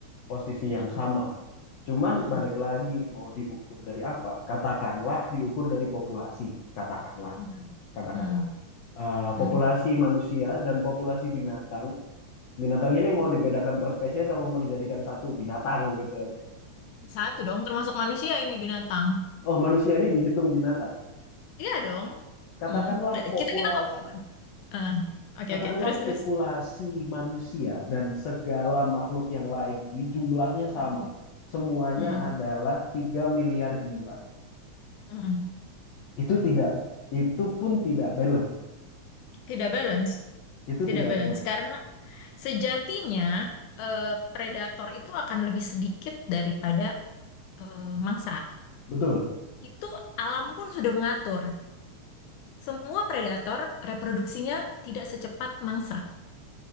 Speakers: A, on the left; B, on the left.
A: posisi yang
B: Heeh,
A: sama Cuman
B: heeh.
A: balik lagi mau diukur dari apa? Katakanlah diukur dari populasi. Katakanlah,
B: Mhm,
A: katakanlah.
B: mhm,
A: Eh,
B: mhm.
A: populasi manusia dan populasi binatang. Binatangnya ini mau dibedakan per spesies sama mau dijadikan satu binatang gitu aja.
B: Satu dong, termasuk manusia ini binatang.
A: Oh, manusia ini dihitung binatang.
B: Iya dong.
A: Katakanlah
B: Hmm. Da-
A: populasi.
B: Kita kita ngomong. Ah, oke
A: Katakanlah
B: oke. Terus terus.
A: populasi manusia dan segala makhluk yang lain ini jumlahnya sama.
B: Mm,
A: Semuanya
B: mm.
A: adalah 3 miliar jiwa.
B: mm.
A: Itu tidak, itu pun tidak balance.
B: Tidak balance,
A: Itu
B: tidak
A: tidak
B: balance
A: balance
B: karena sejatinya eh, predator itu akan lebih sedikit daripada eh, mangsa.
A: Betul,
B: Itu alam pun sudah mengatur. Semua predator reproduksinya tidak secepat mangsa.